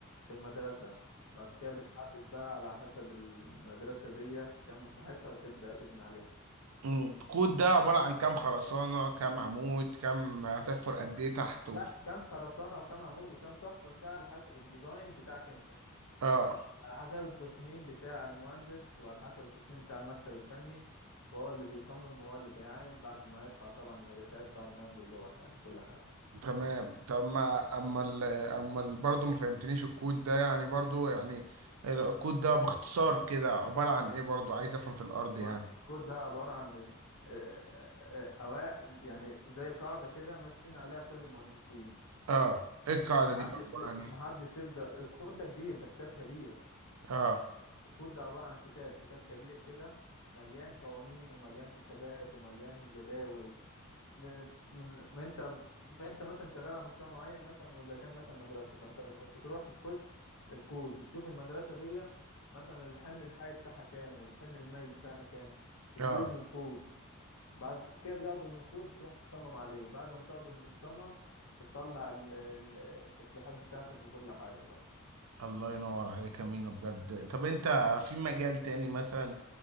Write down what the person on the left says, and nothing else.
في المدرسة بعد كده بتحدد بقى على حسب المدرسة دي كم مساحتها وتبدأ تبني عليها
لا
كم خرسانة وكم عمود وكم تحفر ده على حسب الديزاين بتاعك انت
على حسب التصميم بتاع المهندس وعلى حسب التصميم بتاع المكتب الفني وهو اللي بيصمم وهو اللي بيعاين بعد ما يرفع طبعا المقاسات بعد ما ياخد اللوح يعني كل حاجة
بص الكود ده عبارة عن ال- آه، آه، آه، أوائل يعني زي قاعدة كده ماشيين عليها كل المهندسين
محدش
محدش يقدر الكود ده كبير ده كتاب كبير
الكود ده عبارة عن كتاب كتاب كبير كده مليان قوانين ومليان حسابات ومليان جداول ب- من ما انت ما انت مثلا شغال على مشروع معين مثلا واذا كان مثلا مدرسه فانت بتروح بتخش الكود بتشوف المدرسه دي مثلا الحمل الحي بتاعها كام والحمل المائي بتاعها كام بتجيبه
من الكود بعد كده بتاخده من الكود بتروح تصمم عليه بعد ما بتاخده بتصمم بتطلع ال- ال- التسليحات بتاعتك وكل حاجه بقى